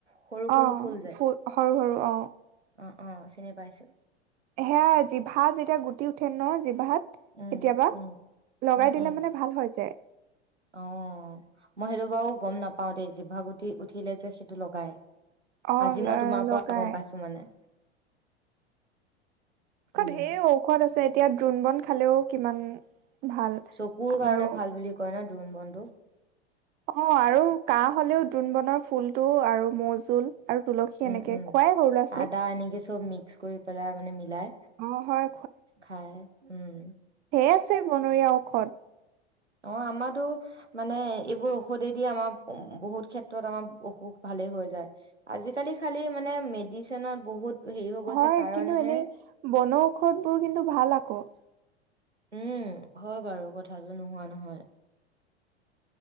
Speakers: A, on the right; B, on the right.
A: সৰু সৰু
B: অ
A: ফুল যে
B: ফ সৰু সৰু অ
A: অ অ চিনি পাইছো
B: সেয়া জিভা যেতিয়া গুটি উঠে ন জিভাত
A: উম
B: কেতিয়াবা
A: উম
B: লগাই
A: উম
B: দিলে
A: উম
B: মানে ভাল হৈ যায়
A: অ মই সেইটো বাৰু গম নাপাও দেই জিভাগুটি উঠিলে যে সেইটো লগাই
B: অ
A: আজি
B: ল-
A: মই তোমাৰ
B: লগাই
A: পৰা গম পাইছো মানে উম
B: ধেৰ ঔষধ আছে এতিয়া দ্ৰোণ বন খালেও কিমান ভাল
A: চকুৰ কাৰণে
B: আৰু
A: ভাল বুলি কয় ন দ্ৰুণ বন টো
B: অ আৰু কাহ হলেও দ্ৰুন বনৰ ফুলটো আৰু মৌজোল আৰু তুলসী
A: উম
B: এনেকে
A: উম
B: খুৱাই সৰু ল'ৰা ছোৱালীক
A: আদা এনেকে চব মিক্স কৰি পেলাই মানে মিলাই
B: অ হয়
A: খাই উম
B: ধেই আছে বনৰীয়া ঔষধ
A: অ আমাতো মানে এইবোৰ ঔষধে দি আমাৰ বহুত ক্ষেত্ৰত আমাৰ অসুখ ভালেই হৈ যায় আজিকালি খালি মানে মেডিচিনত বহুত হেৰি হৈ গৈছে
B: হয়
A: কাৰণেহে
B: কিন্তু এনেই বনৌষধ বোৰ কিন্তু ভাল আকৌ
A: উম হয় বাৰু কথাাটো ন নোহোৱা নহয়